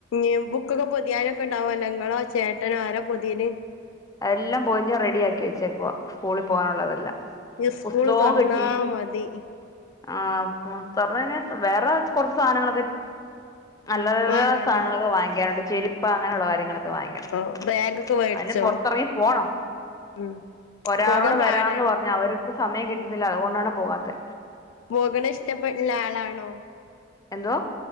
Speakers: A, on the left (about 80°); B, on the left (about 20°).
A: ഈ ബുക്കൊക്കെ പൊതിയാനൊക്കെ ഉണ്ടാവല്ലോ ഇങ്ങളെ ചേട്ടനോ ആരാ പൊതിയല്
B: എല്ലാം പോതിഞ്ഞ് റെഡി ആക്കി വെച്ചേക്ക സ്കൂളിൽ പോകാനുള്ളതെല്ലാം
A: ഈ സ്കൂള്
B: പുസ്തകവും
A: തുറന്നാ
B: കിട്ടി
A: മതി
B: ആഹ് <unintelligible> വേറെ കൊറച്ച് സാധനങ്ങളൊക്കെ അല്ലറചില്ലറ
A: ഉം വാങ്ങാണ്ടിന്
B: സാധനങ്ങളൊക്കെ വാങ്ങിക്കാനുണ്ട് ചെരുപ്പ് അങ്ങനെയുള്ള കാര്യങ്ങളൊക്കെ വാങ്ങിക്കണം
A: ഓ ബാഗൊക്കെ മേടിച്ചോ
B: അതിന് പുറത്ത് പൊത്തിറങ്ങി പോണം
A: ഉം
B: ഒരാളോടെ
A: പോകാൻ
B: വരാന്ന്
A: പാടാണോ
B: പറഞ്ഞ് അവര് ഇ സമയം കിട്ടുന്നില്ല അതുകൊണ്ടാണ് പോകാത്തെ
A: പോകണ ഇഷ്ടപ്പെടുന്ന ആളാണോ
B: എന്തോ